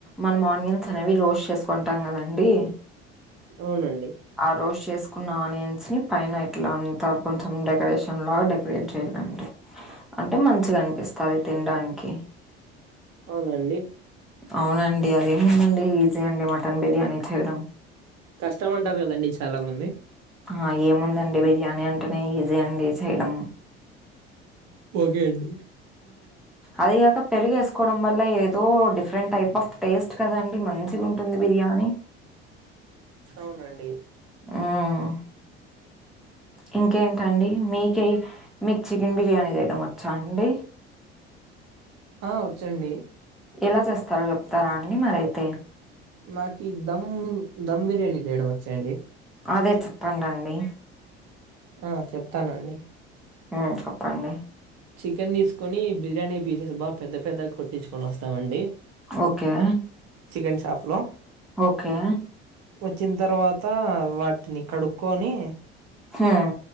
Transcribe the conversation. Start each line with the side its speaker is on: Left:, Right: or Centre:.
Centre: మనం ఆనియన్స్ అనేవి రోస్ట్ చేసుకుంటాం కదండి
Right: అవునండి
Centre: ఆ రోస్ట్ చేసుకున్న ఆనియన్స్ ని పైన ఇట్లా అంతా కొంచెం డెకరేషన్ లాగ డెక రేట్ చేయాలండి అంటే మంచిగా అనిపిస్తాది తినడానికి.
Right: అవునండి
Centre: అవునండి అదేముందండీ ఈజీ అండి మటన్ బిర్యానీ చేయడం.
Right: కష్టం అంటారు కదండి చాలా మంది
Centre: ఆ ఏముందండి బిర్యానీ అంటేనే ఈజీ అండి చేయడం
Right: ఓకే అండి
Centre: అదిగాక పెరిగ వేసుకోవడం వల్ల ఏదో డిఫరెంట్ టైప్ ఆఫ్ టేస్ట్ కదండి మంచిగా ఉంటుంది బిర్యానీ
Right: అవునండి
Centre: మ్ ఇంకేంటండి మీక మీకు చికెన్ బిర్యానీ చేయడం వచ్చా అండి.
Right: ఆ వచ్చండి
Centre: ఎలా చేస్తారో చెప్తారా అండి మరైతే
Right: మాకి ధమ్ ధమ్ బిర్యానీ చేయడం వచ్చండీ.
Centre: అదే చెప్పండి అండి
Right: ఆ చెప్తానండి.
Centre: మ్ చెప్పండి
Right: చికెన్ తీసుకొని బిర్యానీ పీసెస్ బాగా పెద్ద పెద్దగా కొట్టించుకొని వస్తామండి
Centre: ఓకే
Right: చికెన్ షాప్లో
Centre: ఓకే
Right: వచ్చిన తర్వాత వాటిని కడుక్కొని
Centre: హ్మ్